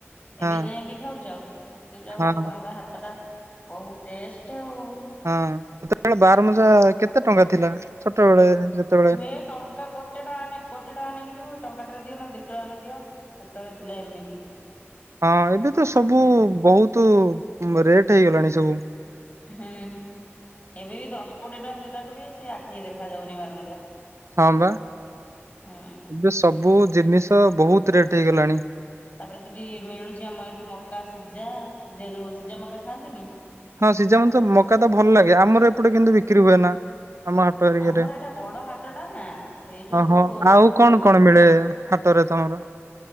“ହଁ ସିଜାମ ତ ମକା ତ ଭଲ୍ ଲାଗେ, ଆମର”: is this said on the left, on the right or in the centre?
Right